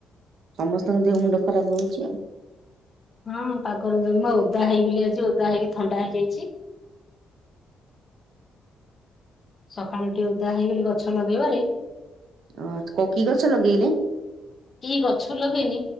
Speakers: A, on the right (about 70°); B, on the left (about 35°).
A: ସମସ୍ତଙ୍କ ଦେହ ମୁଣ୍ଡ ଖରାପ ରହୁଛି ଆଉ।
B: ହଁ ପାଗରୁ ଜମା ଓଦା ହେଇଗଲି ଆଜି ଓଦା ହେଇକି ଥଣ୍ଡା ହେଇଯାଇଛି। ସକାଳୁ ଟିକେ ଓଦା ହେଇଗଲି ଗଛ ଲଗେଇବାରେ
A: ଅ କୋଉ କି ଗଛ ଲଗେଇଲେ?
B: କି ଗଛ ଲଗେଇନି